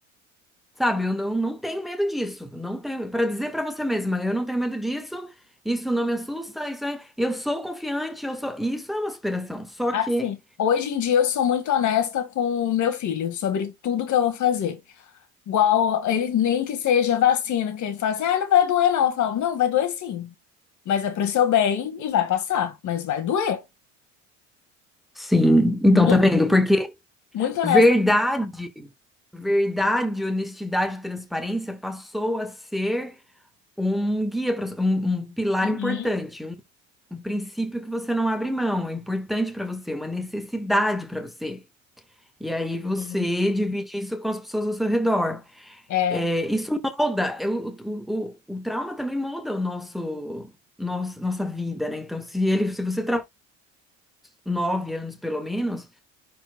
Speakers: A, in the centre; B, on the left.
A: sabe, eu não, não tenho medo disso, não tenho, para dizer para você mesma, eu não tenho medo disso, isso não me assusta, isso é, eu sou confiante, eu sou, isso é uma superação, só
B: Assim,
A: que
B: hoje em dia eu sou muito honesta com o meu filho sobre tudo que eu vou fazer. Igual ele nem que seja vacina, que ele fala assim, ah, não vai doer, não. Eu falo, não, vai doer sim. Mas é pro seu bem e vai passar, mas vai doer.
A: Sim, então
B: Muito,
A: tá vendo? Porque
B: muito honesta.
A: verdade, verdade, honestidade e transparência passou a ser um guia para um, um pilar
B: Uhum,
A: importante, um, um princípio que você não abre mão, é importante para você, uma necessidade para você. E aí você
B: uhum.
A: divide isso com as pessoas ao seu redor.
B: É.
A: É, isso molda, é, o, o, o, o trauma também molda o nosso, nosso, nossa vida, né? Então, se ele, se você trauma nove anos pelo menos